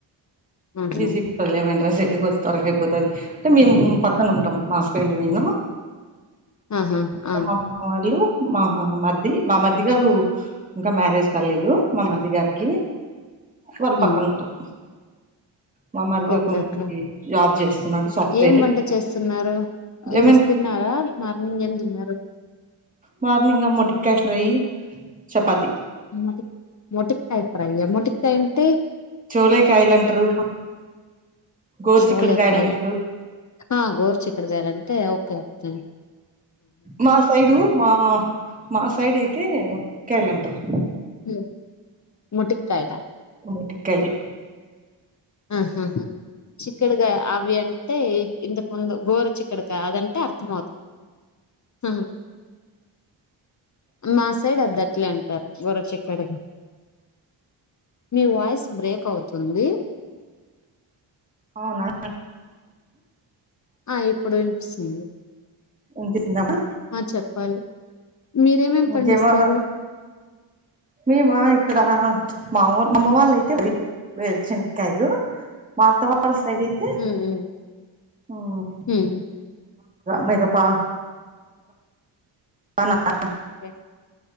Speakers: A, on the left (about 40°); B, on the right (about 15°).
A: ఆహా
B: ఈజీలేమండి రైస్ అయితే కొంచెం త్వరగా అయిపోతది అంటే మేము పక్కన ఉంటాం మా మేము మా
A: ఆహా
B: అత్తమ్మ
A: ఆ
B: వాళ్ళు మా మరిది మా మరిది గారు ఇంకా మ్యారేజ్ కాలేదు మా మరిది గారికి వాళ్ళు
A: ఉమ్
B: పక్కన ఉంటారు మా మరిది
A: ఓకే
B: ఒక మరిది
A: అక్క
B: జాబ్ చేస్తున్నాడు సాఫ్ట్వేర్
A: ఏం వంట చేస్తున్నారు
B: లెమన్
A: ఈరోజు తిన్నారా మార్నింగ్ ఏం తిన్నారు
B: మార్నింగా మొటికాయ ఫ్రై చపాతి
A: మోటి మోటికాయ ఫ్రై ఆ మోటికాయ ఉంటే
B: చోలేకాయలు అంటారు గోరు
A: చోలేకాయ
B: చిక్కుడుకాయలు అంటారు
A: ఆ గోర్చక్కడకాయలంటే ఓకే ఒకే
B: మా సైడు మా మా సైడ్ అయితే ముక్కయలు అంటారు
A: హలో ముటిక్కయలా
B: మొటికాయలు
A: ఆహా హ్మ్మ్ హ్మ్మ్ చిక్కుడుకాయ అవి టే ఇంతకు ముందు గోరుచిక్కుడుకాయ అదంటే అర్థం అవుతుంది హ్మ్మ్ మా సైడ్ అద్దట్లే అంటారు గోరుచిక్కుడు కాయ మీ వాయిస్ బ్రేక్ అవుతుంది
B: అవునా
A: ఆ ఇప్పుడు వినిపిస్తుంది
B: వినిపిస్తుంద అమ్మ
A: ఆ చెప్పాలి మీరేమేం పండిస్తారు
B: ఇంకేమో మేమా ఇక్కడ మా మా మామ్మ వాళ్ళ అయితే వే వేరుచనక్కయలు మా అత్త వాళ్ళ సైడ్ అయితే
A: హ్మ్. హ్మ్.
B: హ్మ్మ్
A: హ్మ్.
B: మా ఏదో ప <unintelligible>
A: ఆహా! ఓకే.